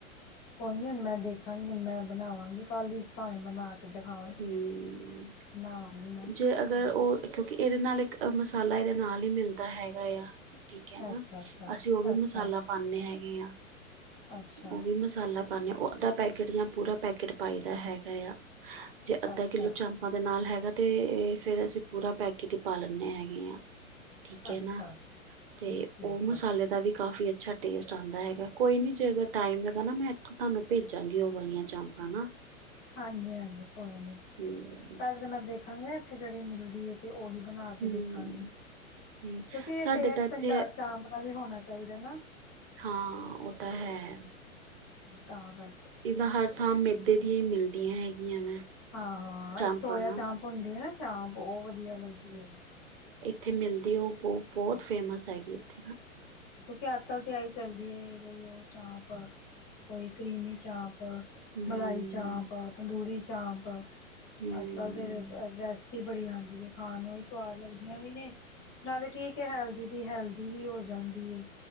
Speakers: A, on the left (about 20°); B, on the right (about 45°).
A: ਕੋਈ ਨੀ ਹੁਣ ਮੈਂ ਦੇਖਾਂਗੀ ਹੁਣ ਮੈਂ ਬਣਾਵਾਂਗੀ ਕਲ <inaudible> ਭਾਵੇਂ ਬਣਾ ਕੇ ਦਿਖਾਵਾਂ।
B: ਹਮ
A: ਬਣਾਵਾਂਗੀ ਮੈਂ
B: ਜੇ ਅਗਰ
A: ਆ
B: ਉਹ ਕਿਉਂਕਿ ਇਹਦੇ ਨਾਲ ਇੱਕ ਮਸਾਲਾ ਇਹਦੇ ਨਾਲ ਹੀ ਮਿਲਦਾ ਹੈਗਾ ਆ ਠੀਕ ਹੈ ਨਾ
A: ਅੱਛਾ ਅੱਛਾ
B: ਅਸੀਂ ਉਹ ਵੀ
A: ਅੱਛਾ
B: ਮਸਾਲਾ ਪਾਉਂਦੇ ਹੈਗੇ ਹ
A: ਅੱਛਾ
B: ਉਹ ਵੀ ਮਸਾਲਾ ਪਾਉਦੇ ਅੱਧਾ ਪੈਕੇਟ ਜਾਂ ਪੂਰਾ ਪੈਕੇਟ ਪਾਈ ਦਾ ਹੈਗਾ ਆ ਜੇ ਅੱਧਾ
A: ਅੱਛਾ
B: ਕਿੱਲੋ ਚਾਮਪਾਂ ਦੇ ਨਾਲ ਹੈਗਾ ਤੇ ਫੇਿਰ ਅਸੀਂ ਪੂਰਾ ਪੈਕੇਟ ਹੀ ਪਾ ਲਦੇ ਹੈਗੇ ਹ ਠੀਕ ਹੈ
A: ਅੱਛਾ
B: ਨਾ
A: ਅੱਛਾ ਠੀਕ
B: ਤੇ
A: ਠੀਕ
B: ਉਹ ਮਸਾਲੇ
A: ਹੈ
B: ਦਾ ਵੀ ਕਾਫੀ ਅੱਛਾ ਟੇਸਟ ਆਉਂਦਾ ਹੈਗਾ ਕੋਈ ਨਹੀਂੀ ਜੇ ਅਗਰ ਟਾਈਮ ਲਗਾ ਨਾ ਮੈਂ ਇੱਥੋਂ ਤੁਹਾਨੂੰ ਭੇਜਾਂਗੀ ਉਹ ਵਾਲੀਆਂ ਚਪਾਂ ਹਨ
A: ਹਾਂਜੀ ਹਾਂਜੀ ਕੋਈ ਨੀ
B: ਹੂੰ
A: ਪਹਿਲ ਤਾਂ ਮੈਂ ਦੇਖ ਖੰਘਣੇ ਇੱਥੇ ਜਿਹੜੀ ਮਿਲਦੀ ਹੈ ਤੇ ਉਹੀ ਬਣਾ ਕੇ
B: ਹੂੰ
A: ਦੇਖਾਂਗੀ
B: ਹੂੰ
A: ਕਿਉਂਕਿ ਇਹ
B: ਸਾਡੇ
A: ਟੇਸ
B: ਤਾਂ ਇੱਥੇ
A: ਪੰਚ ਚਾਂਪ ਦਾ ਵੀ ਹੋਣਾ ਚਾਹੀਦਾ ਚਾਹੀਦਾ ਨਾ
B: ਹਾਂ ਉਹ ਤਾਂ ਹੈ ਹਮ
A: ਤਾਂ ਕਰਕੇ
B: ਇਹਦਾ ਹਰ ਥਾਂ ਮੈਦੇ ਦੀਆਂ ਹੀ ਮਿਲਦੀਆਂ ਹੈਗੀਆਂ ਵੈਂ
A: ਹਾਂ
B: ਚਾਂਪਾਂ
A: ਇੱਕ ਸੋਇਆ
B: ਨਾ
A: ਚਾਂਪ ਹੁੰਦੀ ਆ ਨਾ ਚਾਂਪ ਉਹ ਵਧੀਆ ਲੱਗਦੀ ਹੈ
B: ਇੱਥੇਿਲਦੇ <inaudible> ਤੇ ਉਹ ਬਹੁ
A: ਹਾਂ
B: ਬਹੁਤ ਫੇਮਸ ਹੈਗੀ ਇੱਥੇ ਨਾ
A: ਕਿਆ ੱਤਾਂ ਤਿਆਰੀ ਚੱਲਦੀ ਹੈ ਕੋਈ ਉਹ ਚਾਪ ਕੋਈ ਕਰੀਮੀ ਚਾਪ
B: ਹੂੰ
A: ਮਲਾਈ ਚ ਆਪ ਤੰਦੂਰੀ ਚ ਚਬ
B: ਹੂੰ
A: ਅੱਜ ਕਲ ਦੇ ਰੈਸਪੀ ਬੜੀ ਆਉਂਦੀ ਹੈ ਖਾਣ ਨੂੰ ਸਵਾਦ ਲੱਗਦੀਆਂ ਵੀਨੇ ਨਾਲੇ ਠੀਕ ਹੈ ਹੈਲਦੀ ਦੀ ਹੈਲਦੀ ਵੀ ਹੋ ਜਾਂਦੀ